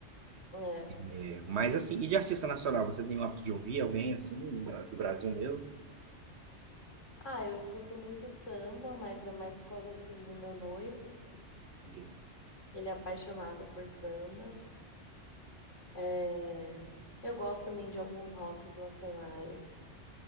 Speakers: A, on the left; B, on the right.
A: É.
B: É, mas assim, e de artista nacional, você tem o hábito de ouvir alguém assim, no Bra- do Brasil mesmo?
A: Ah, eu escuto muito samba, mas é mais por causa, assim, do meu noivo.
B: De-
A: Ele é apaixonado por samba. É... Eu gosto também de alguns rocks nacionais.